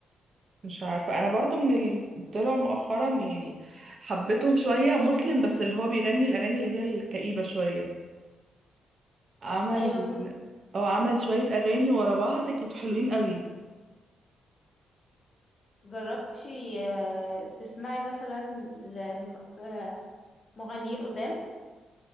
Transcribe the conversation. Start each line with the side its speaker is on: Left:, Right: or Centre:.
Right: مش عارفة انا برضو من اللي طلعوا مؤخرا يعني حبيتهم شوية مسلم بس اللي هو بيغني الاغاني اللي هي الكئيبة شوية عمل
Left: أيوة ممكن
Right: اه عمل شوية اغاني ورا بعض كانوا حلوين قوي
Left: جربتي آه، تسمعي مثلا ل- لم- مغنيين قدام